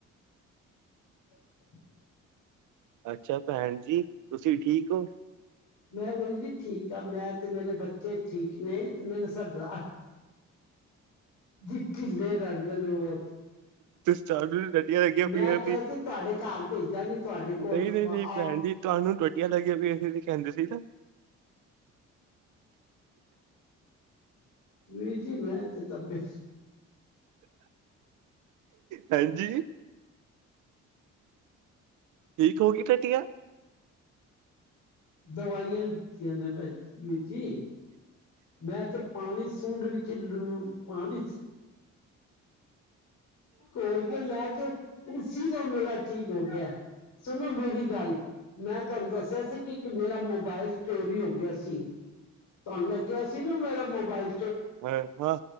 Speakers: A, on the left; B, on the right.
A: ਹ <inaudible>
B: ਅੱਛਾ ਭੈਣ ਜੀ ਤੁਸੀਂ ਠੀਕ ਹੋ
A: ਮੈਂ ਵੀਰ ਜੀ ਠੀਕ ਆਂ, ਮੈਂ ਤੇ ਮੇਰੇ ਬੱਚੇ ਬੱਚੇ ਠੀਕ ਨੇ, ਤੇ ਮੇਰੇ ਸਰਦਾਰ ਜੀ ਢਿੱਲੇ ਰਹਿੰਦੇ ਨੇ। ਮੈਂ ਨੂੰ ਬਹੁਤ,
B: ਸਾਨੂੰ ਟੱਟੀਆਂ ਲੱਗੀਆਂ ਪਈਆਂ
A: ਮੈਂ ਕਿਹਾ ਸੀ। ਤੁਹਾਡੇ ਘਰ ਭੇਜਾਂਗੀ ਤੁਹਾਡੇ
B: ਨਹੀਂ
A: ਕੋਲ
B: ਨਹੀਂ ਨਹੀਂ
A: ਆਉ।
B: ਭੈਣ ਜੀ ਤੁਹਾਨੂੰ ਟੁੱਟੀਆਂ ਲੱਗੀਆਂ ਪਈ, ਅਸੀਂ ਕਹਿੰਦੇ ਸੀ ਨਾ
A: ਵੀਰ ਜੀ ਮੈਂ ਤੇ ਤਪੀਸ਼
B: ਹੈਂ ਜੀ ਠੀਕ ਹੋ ਗਈ ਟੱਟੀਆਂ।
A: ਦਵਾਈਆਂ ਲਿੱਤੀਆਂ ਨੇ ਭੈ ਵੀਰ ਜੀ ਮੈਂ ਤੇ ਪਾਣੀ ਸੁੰਡ, ਵਿੱਚ ਲੂਣ ਪਾਣੀ ਘੋਲ ਕੇ ਲੈ ਕੇ, ਉਸੀ ਤੋਂ ਮੇਰਾ ਠੀਕ ਹੋ ਗਿਆ ਸੁਣੋ ਮੇਰੀ ਗੱਲ ਮੈਂ ਤੁਹਾਨੂੰ ਦੱਸਿਆ ਸੀ, ਕਿ ਇੱਕ ਮੇਰਾ ਮੋਬਾਇਲ ਚੋਰੀ ਹੋ ਗਿਆ ਸੀ, ਤੁਹਾਨੂੰ ਮੈਂ ਕਿਹਾ ਸੀ ਨਾ ਮੇਰਾ ਮੋਬਾਇਲ
B: ਹੈ ਹਾਂ